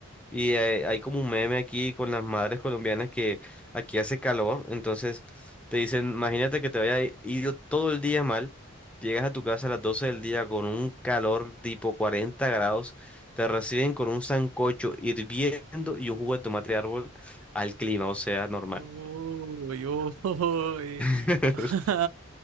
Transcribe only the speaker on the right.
Uy, uy.
<laughs>